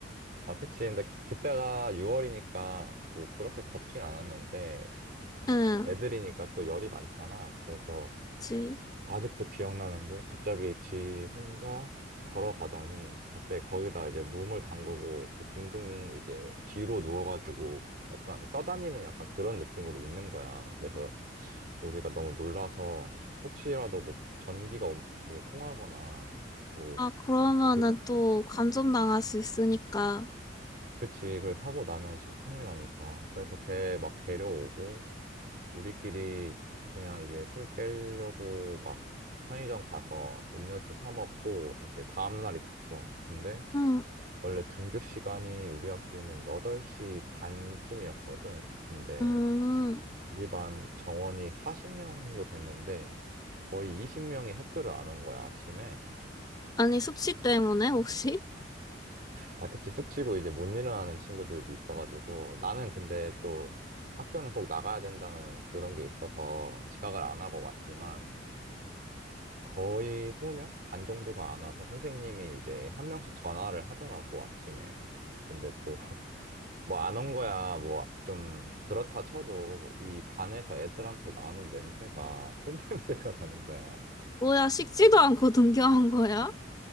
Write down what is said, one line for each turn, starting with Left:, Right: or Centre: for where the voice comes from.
Right: 아, 그치. 근데 그- 그때가 6월이니까 뭐 그렇게 덥진 않았는데
Left: 응,
Right: 애들이니까 또 열이 많잖아. 그래서
Left: 그치.
Right: 그 아직도 기억나는 게 갑자기 지 혼자 걸어가더니 갑자기 거기다 이제 몸을 담그고 그 둥둥 이제 뒤로 누워가지고 약간 떠다니는 약간 그런 느낌으로 있는 거야. 그래서 우리가 너무 놀라서 혹시라도 뭐 전기가 옴- 뭐 통하거나 뭐
Left: 아, 그러면은
Right: 그
Left: 또 감점당할 수 있으니까.
Right: 그치, 이걸 사고 나면 진짜 큰일 나니까. 그래서 걔 막 데려오고, 우리끼리 그냥 이제 술 깨려고 막 편의점 가서 음료수 사 먹고, 이제 다음날이 됐어. 근데
Left: 음,
Right: 원래 등교 시간이 우리 학교는 8시 반쯤이었거든. 근데
Left: 음.
Right: 우리 반 정원이 40명도 됐는데, 거의 20명이 학교를 안 온 거야, 아침에.
Left: 아니, 숙취 때문에 혹시?
Right: 아, 그치. 숙취고 이제 못 일어나는 친구들도 있어가지고. 나는 근데 또 학교는 꼭 나가야 된다는 그런 게 있어서 지각을 안 하고 왔지만 거의 20명? 반 정도가 안 와서 선생님이 이제 한 명씩 전화를 하더라고, 아침에. 근데 또 <laughs> 뭐 안 온 <laughs> 거야, 뭐 좀 그렇다 쳐도 이 반에서 애들한테 나는 냄새가 술 <laughs> 냄새가 나는 거야.
Left: 뭐야, 식지도 않고 등교한 거야?